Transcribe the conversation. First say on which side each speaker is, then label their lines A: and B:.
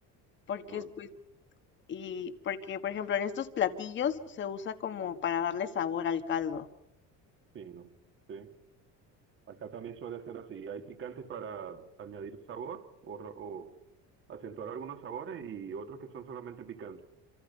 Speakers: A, on the left; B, on the right.
A: porque
B: Ah,
A: pues Y porque, por ejemplo, en estos platillos se usa como para darle sabor al caldo.
B: sí, no. Sí. Acá también suele hacer así. Hay picantes para añadir sabor o, ro- o acentuar algunos sabores y otros que son solamente picantes.